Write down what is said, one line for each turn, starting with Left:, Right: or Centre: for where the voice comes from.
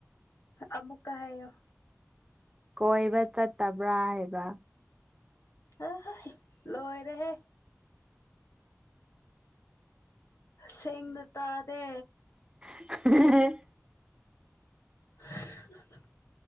Left: ꯑꯃꯨꯛꯀ ꯍꯥꯏꯌꫭ
Right: ꯀꯣꯏꯕ ꯆꯠꯇꯕ꯭ꯔꯥ ꯍꯥꯏꯕ
Left: ꯑꯥ ꯍ ꯂꯣꯏꯔꯦꯍꯦ ꯁꯦꯡꯅ ꯇꯥꯗꯦ
Right: <unintelligible>
Left: <unintelligible>